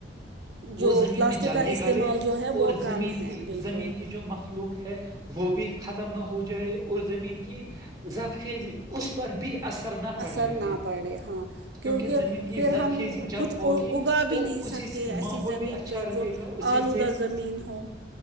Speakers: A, on the right (about 60°); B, on the right (about 20°).
A: جو
B: وہ زمین
A: پلاسٹک
B: میں جلدی
A: کا استعمال
B: گلے
A: جو ہے وہ
B: اور
A: کم
B: زمین
A: ہے
B: کی
A: بالکل
B: زمین کی جو مخلوق ہے وہ بھی ختم نہ ہو جائے اور زمین کی زرخیزی اس پر بھی اثر نہ پڑ
A: اثر
B: جائے
A: نہ پڑے ہاں
B: کیونکہ زمین کی
A: پھر
B: زرخیزی
A: ہم
B: جب
A: کچھ
B: ہوگی
A: اگا بھی
B: تو
A: نہیں سکتے
B: اسی سے
A: ایسی
B: ماحول
A: زمین
B: بھی اچھا
A: پہ
B: رہے
A: جو
B: گا اسی
A: آلودہ
B: سے
A: زمین ہو